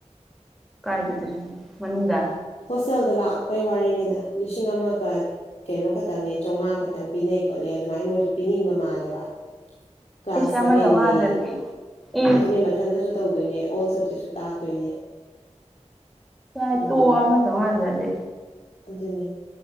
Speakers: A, in the centre; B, on the left.
A: ꯀꯥꯏꯗꯗꯣꯏꯁꯨ ꯃꯅꯨꯡꯗ
B: ꯍꯣꯁꯇꯦꯜꯗ ꯂꯥꯛꯄꯩ ꯋꯥꯔꯤꯅꯤꯗ ꯂꯤꯁꯤꯡ ꯑꯃꯒ ꯀꯩꯅꯣ ꯈꯛꯇꯪꯅꯦ ꯆꯥꯝꯉꯥ ꯈꯛꯇꯪ ꯄꯤꯅꯩ ꯈꯣꯠꯂꯦ ꯑꯗꯨꯃꯥꯏꯅ ꯃꯣꯏꯗꯣ ꯄꯤꯅꯤꯡꯕ ꯃꯥꯜꯂꯦꯕ ꯀ꯭ꯂꯥꯁ
A: ꯏꯁ
B: ꯁꯕꯦꯟꯌꯦ
A: ꯑꯃ ꯆꯧꯉꯥꯗꯗꯤ ꯑꯦ
B: ꯑꯗꯨꯅꯦ ꯃꯊꯟꯗꯁꯨ ꯇꯧꯗꯣꯏꯅꯦ ꯑꯣꯜ ꯁꯕꯖꯦꯛꯁꯨ ꯇꯥꯛꯇꯣꯏꯅꯦ
A: ꯌꯥꯏ
B: ꯑꯗꯣ
A: ꯇꯣꯛꯑꯣ
B: ꯉꯝꯃꯔꯣꯏ
A: ꯑꯃ ꯆꯃꯉꯥꯗꯨꯗꯗꯤ
B: ꯑꯗꯨꯅꯦ